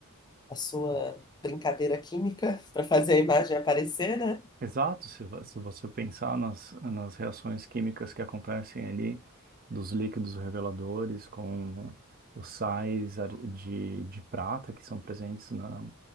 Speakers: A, on the left; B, on the right.
A: a sua brincadeira química <laughs> para fazer a imagem aparecer, né?
B: Exato, se, vo- se você pensar nas, nas reações químicas que acontecem ali, dos líquidos reveladores com os sais ar- de, de prata que são presentes na,